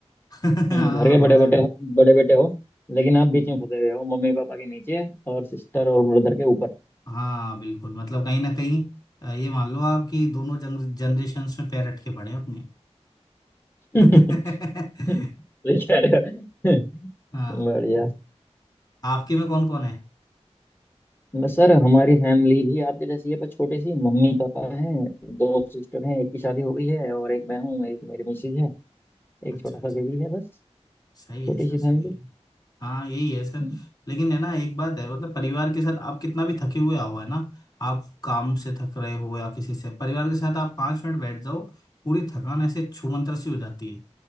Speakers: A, on the left; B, on the left.
A: <laughs> हाँ
B: हम्म, घर के बड़े
A: बड़ा
B: बेटे बड़े बेटे हो लेकिन आप बीच में फंसे हुए हो मम्मी पापा के नीचे और सिस्टर और ब्रदर के ऊपर
A: हाँ बिल्कुल मतलब कहीं ना कहीं अ, ये मान लो आप कि दोनों जनरेशन्स में पैर अटके पड़े हैं अपने
B: <laughs>
A: <laughs>
B: सही कह रहे हो
A: हाँ
B: बढ़िया
A: आपके में कौन कौन है
B: बस सर हमारी फैमिली भी आपके जैसी है बस छोटी सी मम्मी पापा हैं दो सिस्टर हैं एक की शादी हो गई है और एक मैं हूँ एक मेरी मिसेज है एक
A: अच्छा
B: छोटा
A: अच्छा
B: सा बेबी है बस
A: सही
B: छोटी
A: है सर
B: सी
A: सही
B: फैमिली
A: है हाँ यही है सर
B: हम्म,
A: लेकिन है ना एक बात है मतलब परिवार के साथ आप कितना भी थके हुए आओ है ना आप काम से थक रहे हो या किसी से परिवार के साथ आप पाँच मिनट बैठ जाओ पूरी थकान ऐसे छूमंतर सी हो जाती है